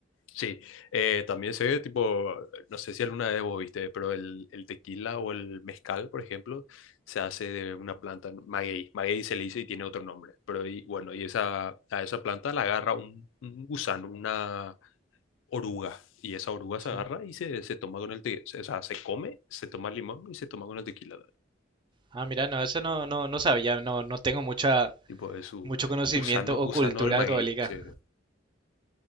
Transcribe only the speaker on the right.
Sí.
Ah, mira, no, eso no, no, no sabía, no, no tengo mucha,
mucho conocimiento
o
cultura
alcohólica.